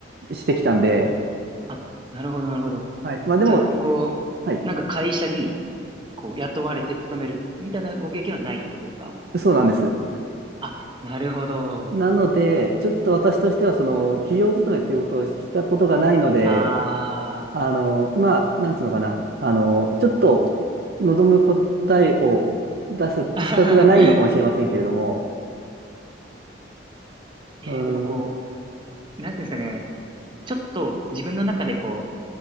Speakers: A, on the right (about 55°); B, on the right (about 25°).
A: してきたんで、
B: あ、なるほど、なるほど。
A: はい。まあでも、
B: じゃあ、
A: い
B: こう、
A: はい、
B: なんか会社に、こう、雇われて勤めるみたいなご経験はないってことですか
A: そうなんです。
B: あ、なるほど。
A: なので、ちょっと私としては、その、企業勤めっていうことをしたことがないので、
B: あー。
A: あの、まあ、なんつうのかな、あの、ちょっと望む答えを出す資格がないのかもしれませんけれども、
B: <laughs> いやいや、
A: うーん、
B: でもこう、なんていうんですかね。ちょっと自分の中でこう、